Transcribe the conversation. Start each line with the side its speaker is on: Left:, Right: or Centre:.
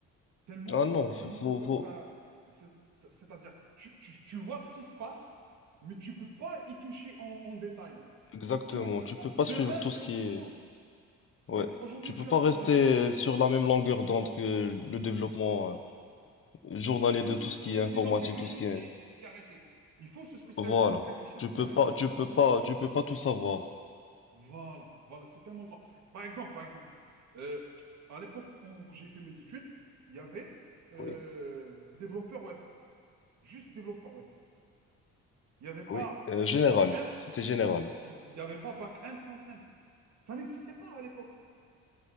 Right: Tellement
Left: Ah
Right: que,
Left: non,
Right: tellement
Left: f- faut,
Right: que ça,
Left: faut,
Right: ça, c'est- c'est-à-dire, tu, tu, tu vois ce qui se passe, mais tu peux pas y toucher en, en détail.
Left: exactement.
Right: Tu vois ce qui
Left: Tu
Right: se passe,
Left: peux pas
Right: demain,
Left: suivre tout
Right: c'est
Left: ce
Right: autre
Left: qui
Right: chose.
Left: est,
Right: C'est-à-dire,
Left: ouais.
Right: aujourd'hui,
Left: Tu peux
Right: tu
Left: pas
Right: apprends
Left: rester
Right: des choses,
Left: sur la même longueur d'onde que le développement, euh, Journalier
Right: il, il
Left: de
Right: faut se
Left: tout
Right: spécialiser
Left: ce qui est informatique,
Right: dans quelque
Left: tout
Right: chose
Left: ce qui est...
Right: et, et s'y arrêter. Il faut se spécialiser
Left: Voilà.
Right: dans quelque chose
Left: Tu
Right: et
Left: peux
Right: s'y arrêter.
Left: pas, tu
Right: Parce
Left: peux
Right: que
Left: pas,
Right: si,
Left: tu peux pas tout savoir.
Right: voilà, voilà, c'est tellement grand. Par exemple, par exemple, euh, à l'époque où j'ai fait mes études, il y avait euh,
Left: Oui,
Right: développeur web, juste développeur web. Il n'y avait pas
Left: oui. Euh, général.
Right: back-end.
Left: C'était général.
Right: Oui, il n'y avait pas back-end, front-end. Ça n'existait pas à l'époque.